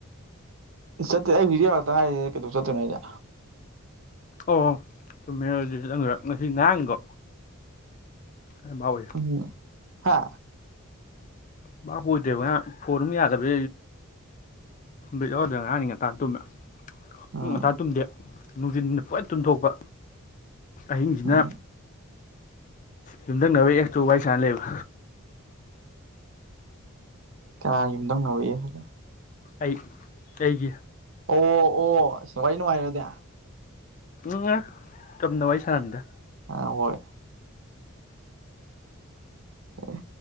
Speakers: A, on the right; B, on the left.
A: ꯆꯠꯇꯦ ꯑꯩ ꯍꯧꯖꯤꯛꯧꯔꯛꯇ ꯍꯥꯏꯔꯤ ꯀꯩꯗꯧ ꯆꯠꯇꯣꯏꯅꯣ ꯍꯥꯏꯖꯦ
B: ꯑꯣ ꯊꯨꯝꯃꯦꯔꯣꯗꯤ <unintelligible> ꯉꯁꯤ ꯉꯔꯥꯡꯗꯣ ꯌꯥꯝ ꯍꯥꯎꯋꯦ
A: ꯎꯝ ꯍꯥ
B: ꯚꯕꯥ ꯀ ꯑꯣꯏꯗ꯭ꯔꯦꯕ ꯉ ꯐꯣꯟꯝ ꯌꯥꯗꯕ ꯦꯛ ꯌꯥꯎꯔꯗ ꯉꯍꯥꯡꯅꯤ ꯉꯇ ꯇꯨꯝꯃꯦ
A: ꯎꯝ
B: ꯎ ꯉꯟꯇꯥ ꯇꯨꯝꯗꯦ ꯅꯨꯡꯁꯤꯤꯟꯗ ꯄꯨꯠ ꯇꯨꯟꯊꯣꯛꯄ ꯑꯍꯤꯡꯁꯤꯅ
A: ꯎꯝ
B: ꯌꯨꯝꯊꯪꯅꯕꯅꯕ ꯑꯦꯁꯇꯨ ꯋꯥꯏ ꯁꯥꯅ ꯂꯩꯕ
A: ꯀꯥ ꯌꯨꯝꯗꯪ ꯉꯕ ꯌꯥ ꯍꯥꯏꯂꯦ
B: ꯑꯩ ꯑꯩꯒꯤ
A: ꯑꯣ ꯑꯣ ꯑꯁ ꯋꯥꯔꯤ ꯅꯨꯡꯉꯥꯏꯔꯗꯤꯦ
B: ꯎꯝ ꯆꯝꯅ ꯋꯥꯔꯤ ꯁꯔꯝꯗ
A: ꯑ ꯍꯣꯏ ꯑꯦ